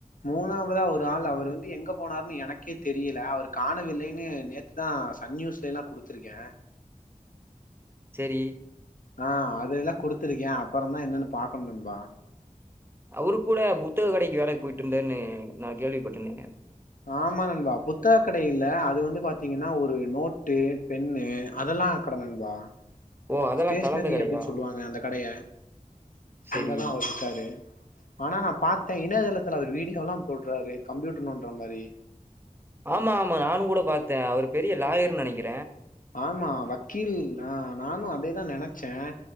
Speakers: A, on the left; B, on the right.
A: மூணாவதா ஒரு ஆள் அவர் வந்து எங்க போனாருனு எனக்கு எனக்கே தெரியல அவரு காணவில்லைனு நேத்துதா சன் நியூஸ்ல எல்லா குடுத்துருக்க
B: த்ரி
A: ஆஹ் அது எல்லா குடுத்திருக்க அப்புறந்தா என்னனு பாக்கணு நண்பா
B: அவரு கூட புத்தக கடைக்கு வேலைக்கு போயிட்டு இருந்தாருனு நா கேள்விப்பட்டனே
A: ஆமா நண்பா புத்தக கடை இல்ல அது வந்து பாத்தீங் னா ஒரு நோட்டு பென்னு அதெல்லா கட நண்பா
B: ஓ! அதெல்லாம்
A: ஸ்டேஷனரி
B: கலந்த கடையா?
A: அப்படின்னு சொல்லுவாங்க அந்த கடைய
B: சரி.
A: அங்கதான் அவர் இருக்காரு ஆனா நான் பார்த்தேன் இணையதளத்துல அவர் வீடியோ எல்லாம் போடுறாரு கம்ப்யூட்டர் நோன்ற மாதிரி
B: ஆமா ஆமா நானும் கூட பாத் த அவ பெரிய லாயர்னு நினைக்கிறன்
A: ஆமா வக்கீல் ஆ நானும் அதேதான் நினைச்சேன்